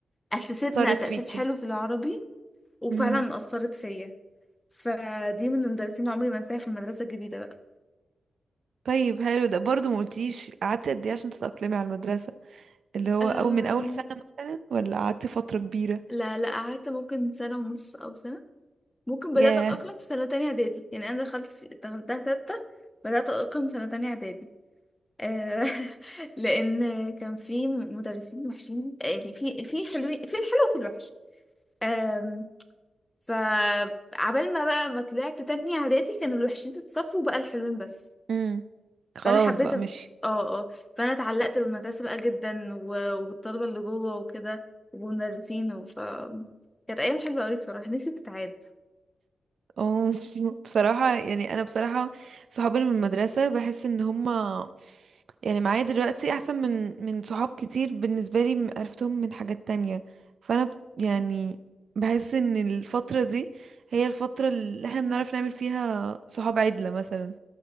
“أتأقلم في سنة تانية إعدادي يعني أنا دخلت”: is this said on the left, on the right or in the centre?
Left